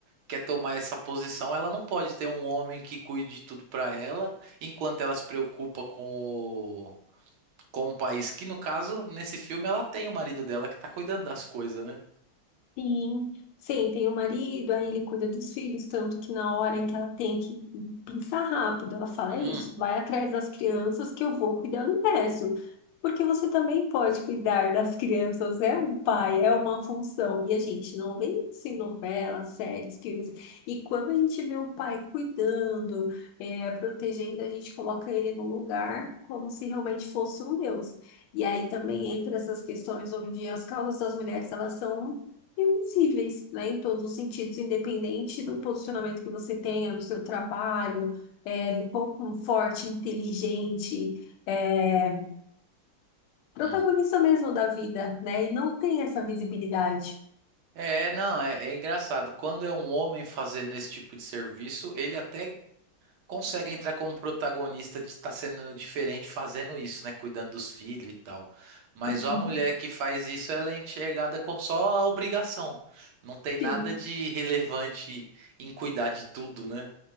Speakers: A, on the right; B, on the left.
A: quer tomar essa posição, ela não pode ter um homem que cuide de tudo pra ela, enquanto ela se preocupa com com um país que, no caso, nesse filme, ela tem o marido dela que tá cuidando das coisas, né?
B: Sim, sim, tem o marido, aí ele cuida dos filhos, tanto que na hora
A: E-
B: em que ela tem que pensar rápido, ela fala,
A: Hum,
B: é isso, vai atrás das crianças que eu vou cuidar do resto. Porque você também pode cuidar das crianças, é um pai, é uma função. E a gente não vê isso em novelas, séries, filmes. E quando a gente vê o pai cuidando, é, protegendo, a gente coloca ele no lugar como se realmente fosse um deus. E aí também entra essas questões onde as causas das mulheres, elas são invisíveis, né, em todos os sentidos, independente do posicionamento que você tenha no seu trabalho, é, do quão quão forte, inteligente, é, protagonista
A: hum.
B: mesmo da vida, né, e não tem essa visibilidade.
A: É, não, é, é engraçado. Quando é um homem fazendo esse tipo de serviço, ele até consegue entrar como protagonista de estar sendo diferente fazendo isso, né? Cuidando dos filhos e tal. Mas
B: Uhum.
A: a mulher que faz isso, ela é enxergada como só a obrigação. Não tem nada
B: Sim.
A: de relevante em cuidar de tudo, né?